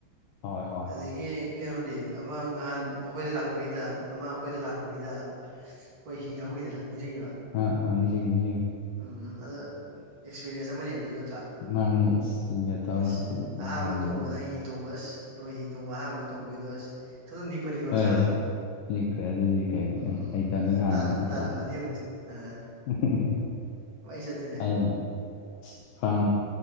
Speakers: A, on the left; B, on the right.
A: ꯍꯥꯎꯋꯦ ꯍꯥꯎꯋꯦ
B: ꯑꯗꯒꯤ ꯀꯩꯅꯣꯗꯤ ꯑꯃ ꯉꯍꯥꯟ ꯑꯈꯣꯏꯗ ꯂꯥꯛꯄꯒꯤꯗ ꯃꯃꯥꯡ ꯑꯈꯣꯏꯗ ꯂꯥꯛꯄꯒꯤꯗ ꯑꯩꯍꯣꯏ ꯍꯤ ꯊꯧꯒꯤꯗꯅ ꯅꯤꯡꯁꯤꯡꯉꯤꯕ
A: ꯑꯥ ꯑꯥ ꯅꯤꯡꯁꯤꯡꯉꯤ ꯅꯤꯡꯁꯤꯡꯉꯤ
B: ꯎꯝ ꯑꯗ ꯑꯦꯛꯁꯄꯤꯔꯤꯌꯦꯟꯁ ꯑꯃꯅꯦꯕ ꯑꯗꯨꯖꯨ ꯅꯠꯇ꯭ꯔꯥ
A: ꯃꯥꯅꯦ ꯑꯁ ꯁꯤꯡꯒ ꯇꯧꯔ
B: ꯑꯁ
A: ꯑꯗꯨ
B: ꯑꯍꯥꯟꯕ
A: ꯅꯨꯡꯉꯥꯏꯕꯅꯤ
B: ꯇꯣꯡꯕ ꯅꯪ ꯍꯤ ꯇꯣꯡꯕ ꯑꯁ ꯕ꯭ꯔꯣ ꯍꯤ ꯇꯣꯡꯕ ꯑꯍꯥꯟꯕ ꯇꯣꯡꯕꯩꯗꯣ ꯑꯁ ꯊꯊꯥꯛ ꯅꯤꯛꯄꯅꯤꯀꯣ ꯅꯁꯥꯗꯣ
A: ꯍꯣꯏ ꯂꯤꯛꯈ꯭ꯔꯦ ꯑꯗꯨꯗꯤ ꯀꯩꯅꯣꯅꯦ
B: ꯎꯝ
A: ꯍꯩꯇꯕꯅꯤ
B: ꯑꯗ
A: ꯍꯥꯟꯅ
B: ꯇꯥ
A: ꯅꯠꯇ꯭ꯔꯣ
B: ꯇꯥꯔꯝꯃꯗꯤ ꯌꯦꯡꯉꯣ ꯑꯥ
A: <unintelligible>
B: ꯃꯩ ꯆꯠ
A: ꯑꯗꯨꯅ ꯐꯥꯝ